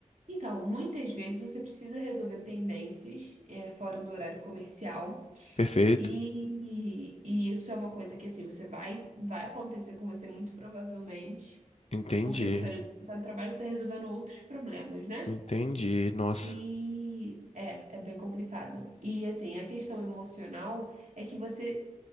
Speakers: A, on the right (about 70°); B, on the left (about 55°).
A: Então, muitas vezes você precisa resolver pendências é, fora do horário comercial
B: Perfeito.
A: e, e isso é uma coisa que assim você vai vai acontecer com você muito provavelmente,
B: Entendi.
A: porque no período que você está no trabalho você está resolvendo outros problemas, né?
B: Entendi. Nossa.
A: E é, é bem complicado. E assim, a questão emocional é que você